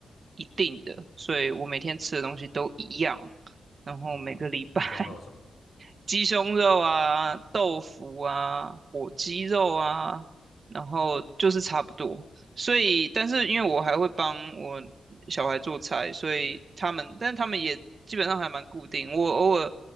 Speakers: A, on the right; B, on the left.
A: 一定的，所以我每天吃的东西都一样，然后每个礼拜
B: 啊，鸡胸肉什么的嘛，
A: <laughs> 鸡胸肉啊、豆腐啊、火鸡肉啊，然后就是差不多。所以，但是因为我还会帮我小孩做菜，所以他们，但是他们也基本上还蛮固定。我偶尔